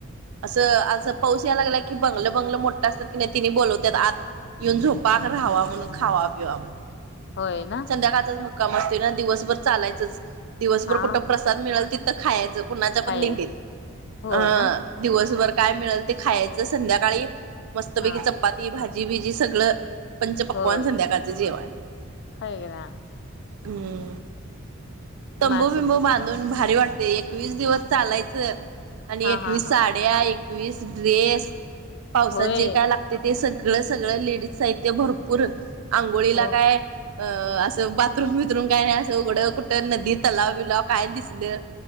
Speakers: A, on the right; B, on the left.
A: असं असं पाऊस यायला लागेला की बंगलं बंगलं मोठं असतात की नाय तिनी बोलवतात आत. येऊन झोपा का राहवा म्हणून खावा पिवा म्हणून
B: होय ना?
A: संध्याकाळच मुक्काम असतोय ना दिवसभर चालायचंच दिवसभर
B: हां,
A: कुठं प्रसाद मिळल तिथं खायांचं, कुणाच्या
B: खायचं.
A: पण दिंडीत
B: हो
A: हं
B: ना?
A: दिवसभर काय मिळेल ते खायांचं संध्याकाळी मस्त पैकी
B: हां.
A: चपाती भाजी-बिजी सगळं पंचपकवान
B: होय.
A: संध्याकाळचं जेवण
B: आहे ना.
A: हम्म तंबू
B: माणसं
A: बिंबू
B: किती
A: बांधून भारी वाटते एकवीस दिवस चालायचं आणि
B: हां,
A: एकवीस
B: हां, हां.
A: साठ या एकवीस ड्रेस पावसात
B: होय.
A: जे काय लाग तेते सगळं सगळं लेडीज साहित्य भरपूर आंघोळीला
B: हो
A: काय अ असं बाथरूम बिथरूम काय नाय असं उघडं कुठं नदी तलाव बिलाव काय दिसलं